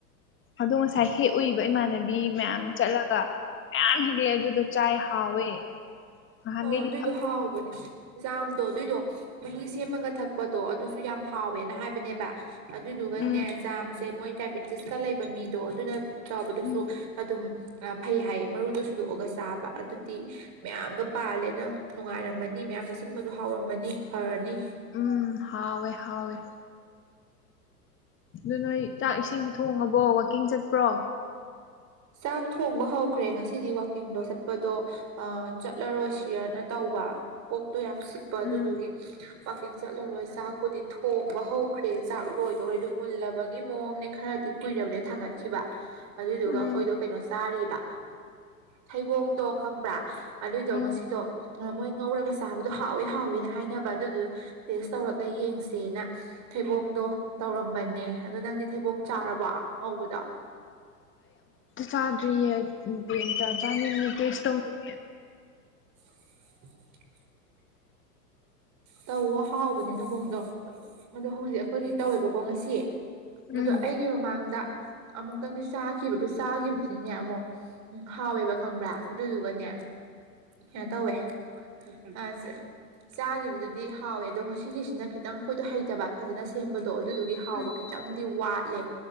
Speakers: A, on the left (about 25°); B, on the right (about 35°).
A: ꯑꯗꯣ ꯉꯁꯥꯏ ꯍꯦꯛ ꯎꯏꯕ ꯏꯃꯥꯟꯅꯕꯤ ꯃꯌꯥꯝ ꯆꯠꯂꯒ ꯀꯌꯥꯝ ꯍꯤꯂꯛꯑꯦ ꯑꯗꯨꯗꯣ ꯆꯥꯏ ꯍꯥꯎꯋꯦ ꯅꯍꯥꯟꯈꯩꯗꯤ
B: ꯑꯣ ꯑꯗꯨꯏꯗꯣ
A: ꯐꯛ
B: ꯍꯥꯎꯕꯅꯦ ꯖꯥꯝꯗꯣ ꯑꯗꯨꯏꯗꯣ ꯃꯍꯤ ꯁꯦꯝꯃꯒ ꯊꯛꯄꯗꯣ ꯑꯗꯨꯁꯨ ꯌꯥꯝ ꯍꯥꯎꯋꯦꯅ ꯍꯥꯏꯕꯅꯦꯕ ꯑꯗꯨꯗꯨꯒꯅꯦ
A: ꯎꯝ
B: ꯖꯝ ꯃꯣꯏ ꯗꯥꯏꯄꯦꯇꯤꯁꯀ ꯂꯩꯕ ꯃꯤꯗꯣ ꯑꯗꯨꯅ ꯆꯥꯎꯕꯗꯁꯨ
A: ꯎꯝ
B: ꯑꯗꯨꯝ ꯐꯩ ꯍꯥꯏ ꯃꯔꯨꯗꯁꯨ ꯊꯨꯗꯣꯛꯑꯒ ꯆꯥꯕ ꯑꯗꯨꯗꯤ ꯃꯌꯥꯝꯒ ꯄꯥꯜꯂꯦ ꯅꯪ ꯅꯨꯡꯉꯥꯏꯔꯝꯃꯅꯤ ꯃꯌꯥꯝ ꯆꯠꯁꯤꯟꯕꯗꯨ ꯍꯥꯎꯔꯝꯃꯅꯤ ꯐꯔꯅꯤ
A: ꯎꯝ ꯍꯥꯎꯏ ꯍꯥꯎꯏ ꯑꯗꯨ ꯅꯣꯏ ꯆꯥꯛ ꯏꯁꯤꯡꯗꯤ ꯊꯣꯡꯉꯕꯣ ꯋꯥꯛꯀꯤꯡ ꯆꯠꯄ꯭ꯔꯣ
B: ꯆꯥꯛ ꯊꯣꯡꯕ ꯍꯧꯈ꯭ꯔꯦ ꯉꯁꯤꯗꯤ ꯋꯥꯀꯤꯡꯗꯣ ꯆꯠꯄꯗꯣ ꯆꯠꯂꯔꯣꯏꯁꯤꯔꯅ ꯇꯧꯕ ꯀꯥꯡ ꯌꯥꯝ ꯆꯤꯛꯄ ꯑꯗꯨꯗꯨꯒꯤ
A: ꯎꯝ
B: ꯋꯥꯛꯀꯤꯡ ꯆꯠꯂꯔꯣꯏ ꯆꯥꯛꯄꯨꯗꯤ ꯊꯣꯡꯕ ꯍꯧꯈ꯭ꯔꯦ ꯆꯥꯛ ꯂꯣꯏꯗꯣꯔꯦ ꯑꯗꯨ ꯃꯨꯜꯂꯕꯒꯤ ꯃꯑꯣꯡꯅꯦ ꯈꯔꯗꯤ ꯀꯨꯏꯔꯕꯅꯦ ꯊꯥꯡꯒꯠꯈꯤꯕ ꯑꯗꯨꯏꯗꯨꯒ
A: ꯎꯝ
B: ꯑꯩꯈꯣꯏꯗꯣ ꯀꯩꯅꯣ ꯆꯥꯔꯤꯕ ꯊꯩꯕꯣꯡꯗꯣ ꯈꯪꯕ꯭ꯔꯥ ꯑꯗꯨꯏꯗꯣ
A: ꯎꯝ
B: ꯉꯁꯤꯗꯣ ꯃꯣꯏ ꯉꯧꯔꯒ ꯆꯥꯕꯗꯣ ꯍꯥꯎꯋꯦ ꯍꯥꯎꯋꯦꯅ ꯍꯥꯏꯅꯕ ꯑꯗꯨꯗ ꯇꯦꯁ ꯇꯧꯔꯒ ꯌꯦꯡꯁꯦꯅ ꯊꯩꯕꯣꯡꯗꯣ ꯇꯧꯔꯝꯕꯅꯦ ꯑꯗꯣ ꯅꯪꯗꯤ ꯊꯩꯕꯣꯡ ꯆꯥꯔꯕ ꯉꯧꯕꯗ
A: ꯆꯥꯗꯔꯤꯌꯦ ꯆꯥꯅꯤꯡꯅꯤ ꯇꯦꯁꯇ꯭ ꯇꯧꯅꯤꯡꯉꯦ꯫
B: ꯍꯤ ꯇꯧ ꯍꯥꯎꯕꯅꯦ ꯊꯩꯕꯣꯡꯗꯣ ꯑꯗꯣ ꯍꯧꯖꯤꯛ ꯑꯩꯈꯣꯏꯒꯤ ꯇꯧꯋꯦꯕꯀꯣ ꯉꯁꯤ
A: ꯎꯝ
B: ꯑꯗꯣ ꯑꯩꯒꯤ ꯃꯃꯥꯡꯗ ꯑꯃꯨꯛꯇꯪꯗꯤ ꯆꯥꯈꯤꯕꯗꯨ ꯆꯥꯈꯤꯕꯗꯨꯅꯦ ꯑꯃꯨꯛ ꯎꯝ ꯍꯥꯎꯋꯦꯕ ꯈꯪꯕ꯭ꯔꯥ ꯑꯗꯨꯗꯨꯒꯅꯦ ꯀꯩꯅꯣ ꯇꯧꯋꯦ ꯑ ꯆꯥꯈꯤꯕꯗꯨꯗꯤ ꯍꯥꯎꯋꯦ ꯑꯗꯣ ꯉꯁꯤꯒꯤꯁꯤꯅ ꯈꯤꯇꯪ ꯑꯩꯈꯣꯏꯗꯣ ꯍꯩꯇꯕ ꯐꯖꯅ ꯁꯦꯝꯕꯗꯣ ꯑꯗꯨꯗꯨꯒꯤ ꯍꯥꯎꯕ
A: ꯎꯝ
B: ꯈꯤꯇꯪꯗꯤ ꯋꯥꯠ ꯆꯠꯂꯦ